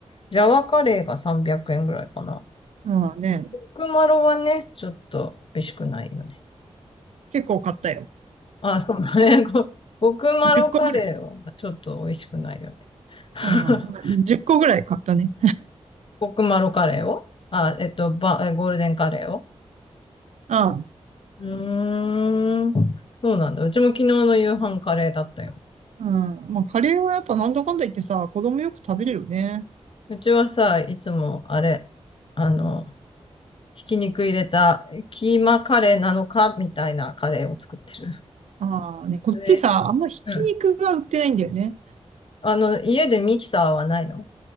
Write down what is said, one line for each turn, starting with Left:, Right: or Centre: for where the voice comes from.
Left: ジャワカレーが300円ぐらいかな。
Right: まあね、
Left: クマロはね、ちょっと美味しくないよね。
Right: 結構買ったよ。
Left: あ、そうだね。<laughs> ごコクマロカレーはちょっと美味しくないよね。
Right: 10個ぐらい。
Left: <laughs>
Right: うん。1個ぐらい買ったね。
Left: コクマロカレーをあ、えっと、ば、えゴールデンカレーを
Right: うん。
Left: うーん。そうなんだ。うちも昨日の夕飯カレーだったよ。
Right: うん。まあ、カレーはやっぱなんだかんだ言ってさ、子供よく食べれるよね。
Left: うちはさ、いつもあれ、あの、ひき肉入れたキーマカレーなのかみたいなカレーを作ってる。
Right: ああね、こっちさ、
Left: で、
Right: あんまひき肉が売ってないんだよね。
Left: うん。あの、家でミキサーはないの